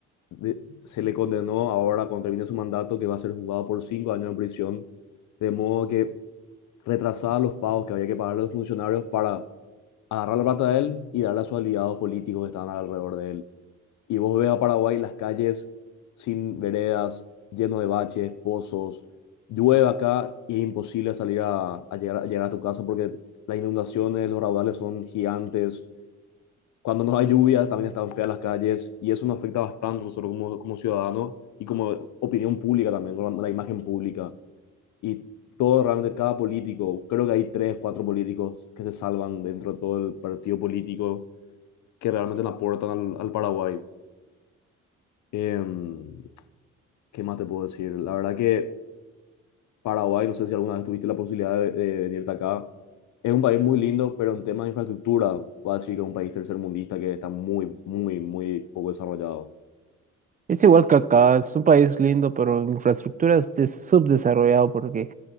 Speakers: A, on the left; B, on the right.
A: de- se le condenó ahora cuando termine su mandato que va a ser juzgado por cinco años en prisión, de modo que retrasaba los pagos que había que pagarle a los funcionarios para agarrar la plata de él y darla a sus aliados políticos que estaban alrededor de él y vos ves a Paraguay las calles sin veredas, lleno de baches, pozos, llueve acá y es imposible salir a, a llegar, a llegar a tu casa porque las inundaciones, los raudales son gigantes. Cuando no hay lluvia también están feas las calles y eso nos afecta bastante nosotros como, como ciudadanos y como opinión pública también, con la, la imagen pública. Y todo realmente, cada político, creo que hay tres, cuatro políticos que se salvan dentro de todo el partido político que realmente le aportan al, al Paraguay. Em, ¿Qué más te puedo decir? La verdad que Paraguay, no sé si alguna vez tuviste la posibilidad de, de venirte acá, es un país muy lindo, pero en temas de infraestructura, voy a decir que es un país tercermundista que está muy, muy, muy poco desarrollado.
B: Es igual que acá, es un país lindo, pero en infraestructura es subdesarrollado porque